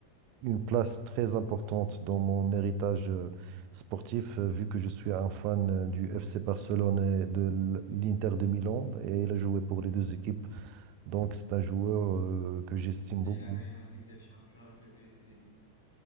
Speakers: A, on the right; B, on the left.
A: une place très importante dans mon héritage euh, sportif, euh, vu que je suis un fan euh, du FC Barcelone et de l- l'Inter de Milan, et il a joué pour les deux équipes. Donc, c'est un joueur euh, que j'estime
B: Et
A: beaucoup.
B: il a gagné la Ligue des Champions avec les deux équipes.